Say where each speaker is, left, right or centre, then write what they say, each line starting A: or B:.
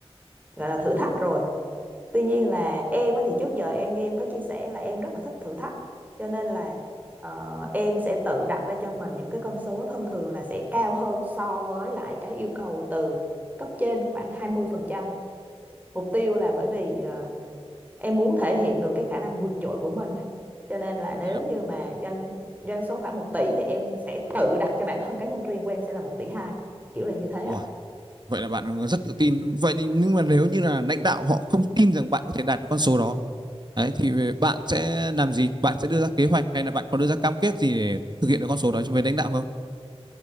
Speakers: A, on the right; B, on the right.
A: gọi là thử thách rồi. Tuy nhiên là em á, thì trước giờ em như em có chia sẻ là em rất là thích thử thách. Cho nên là ờ, em sẽ tự đặt ra cho mình những cái con số thông thường là sẽ cao hơn so với lại cái yêu cầu từ cấp trên khoảng hai mươi phần trăm mục tiêu là bởi vì ờ, em muốn thể hiện được cái khả năng vượt trội của mình đấy cho nên là nếu
B: Vậy là
A: như mà doanh doanh số khoảng một tỷ thì em sẽ tự đặt cho bản thân cá nhân riêng của em sẽ là một tỷ hai kiểu là như thế ạ
B: wow, Vậy là bạn rất tự tin. Vậy nhưng mà nếu như là lãnh đạo họ không tin rằng bạn có thể đạt được con số đó, đấy thì bạn sẽ làm gì? Bạn sẽ đưa ra kế hoạch hay là bạn có đưa ra cam kết gì để thực hiện được con số đó với lãnh đạo không?